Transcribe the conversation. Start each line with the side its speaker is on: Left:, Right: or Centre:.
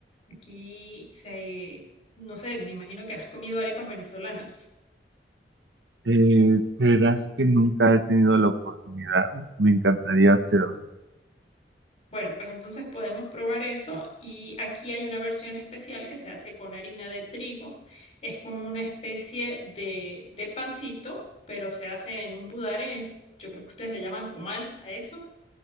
Left: Aquí se, no sé, me imagino que has comido arepas venezolanas.
Right: Eh, creerás que nunca he tenido la oportunidad. Me encantaría hacerlo.
Left: Bueno, pues entonces podemos probar eso y aquí hay una versión especial que se hace con harina de trigo. Es como una especie de, de pancito, pero se hace en un budare, yo creo que ustedes le llaman comal a eso,